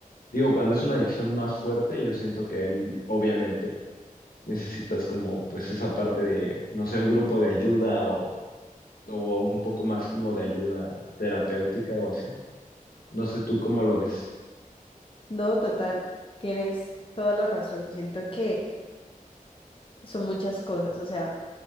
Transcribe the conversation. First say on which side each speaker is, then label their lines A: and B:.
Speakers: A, on the left; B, on the left.
A: Digo, cuando es una adicción más fuerte, yo siento que ahí, obviamente necesitas como pues esa parte de, no sé, un grupo de ayuda o, o un poco más como de ayuda terapéutica o así. No sé tú cómo lo ves.
B: No, total, tienes toda la razón. Siento que son muchas cosas. O sea,